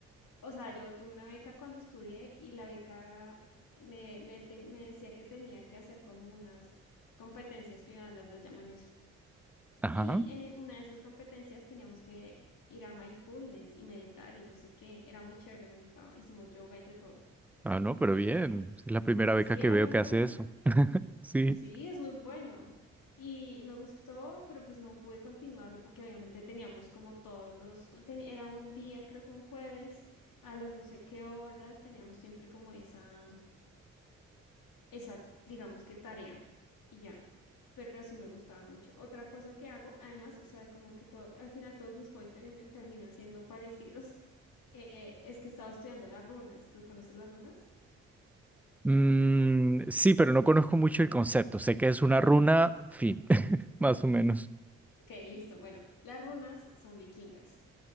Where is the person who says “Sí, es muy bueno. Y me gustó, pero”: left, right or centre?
Left